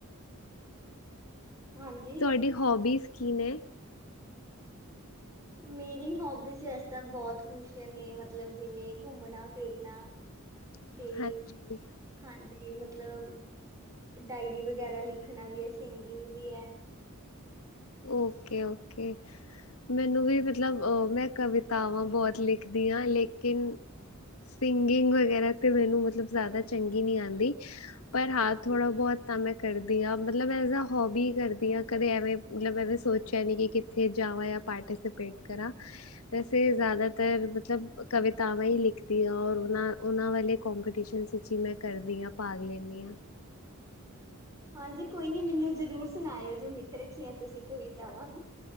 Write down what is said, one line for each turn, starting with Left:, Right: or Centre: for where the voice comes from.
Right: ਹਾਂਜੀ
Left: ਤੁਆਡੀ ਹੋਬੀਜ਼ ਕੀ ਨੇ?
Right: ਮੇਰੀ ਹੋਬੀਜ਼ ਵੈਸੇ ਤਾਂ ਬੋਤ ਕੁਛ ਨੇ, ਮਤਲਬ ਜਿਵੇਂ ਘੁੰਮਣਾ-ਫਿਰਨਾ?
Left: <inaudible>
Right: ਤੇ
Left: ਹਾਂਜੀ
Right: ਹਾਂਜੀ, ਮਤਲਬ ਡਾਇਰੀ ਵਗੈਰਾ ਲਿਖਣਾ ਵੀ ਐ, ਸਿੰਗਿੰਗ ਵੀ ਐ।
Left: ਓਕੇ-ਓਕੇ, ਮੈਨੂੰ ਵੀ ਮਤਲਬ ਅ ਮੈਂ ਕਵਿਤਾਵਾਂ ਬੋਤ ਲਿਖਦੀ ਆਂ, ਲੇਕਿਨ ਸਿੰਗਿੰਗ ਵਗੈਰਾ ਤੇ ਮੈਨੂੰ ਮਤਲਬ ਜਾਦਾ ਚੰਗੀ ਨੀਂ ਆਂਦੀ, ਪਰ ਹਾਂ
Right: ਹਾਂਜੀ
Left: ਥੋੜਾ ਬੋਤ ਤਾਂ ਮੈਂ ਕਰਦੀ ਆਂ, ਮਤਲਬ ਐਜ ਆ ਹੋਬੀ ਕਰਦੀ ਆਂ, ਕਦੇ ਐਵੇਂ ਮਤਲਬ ਐਂਵੇ ਸੋਚਿਆ ਨੀਂ ਕਿ ਕਿੱਥੇ ਜਾਵਾਂ ਯਾ ਪਾਰਟੀਸਪੇਟ ਕਰਾਂ। ਵੈਸੇ ਜ਼ਾਦਾਦਾਤਰ ਮਤਲਬ ਕਵਿਤਾਵਾਂ ਈ ਲਿਖਦੀਆਂ ਔਰ ਓਨਾਂ ਓਨਾਂ ਵਾਲੇ ਕੋਂਪੀਟੀਸ਼ਨਸ ਵਿੱਚ ਈ ਮੈਂ ਕਰਦੀ ਆਂ, ਭਾਗ ਲੈਂਨੀ ਆਂ।
Right: ਹਾਂਜੀ, ਕੋਈ ਨੀ ਮਿਨੂੰ ਜ਼ਰੂਰ ਸੁਣਾਇਓ ਜੋ ਲਿਖ ਰੱਖੀਆਂ ਤੁਸੀਂ ਕਵਿਤਾਵਾਂ।